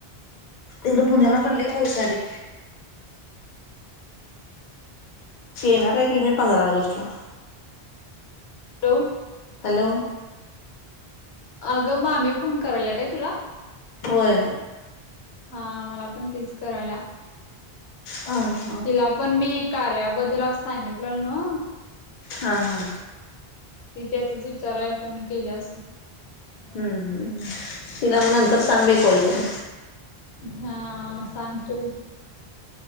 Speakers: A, on the left (about 55°); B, on the left (about 80°).
A: हिकड पुण्याला
B: मग आणि
A: पण लई
B: काय
A: पाऊस हाय बाई. येणार आहे की मी पंधरा ऑगस्टला.
B: हॅलो!
A: हॅलो!
B: आगं मामी फोन कराल्या काय तुला?
A: व्हय.
B: हा मला पण तीच करायल्या.
A: हा.
B: तिला पण मी कार्याबद्दल आस सांगिटल्यालो नव्हं.
A: हा हा,
B: ती त्याचाच विचाराय फोन केली आसलं.
A: हुं हुं, तिला नंतर सांग बाई कॉल करतो.
B: हा सांगतो घे.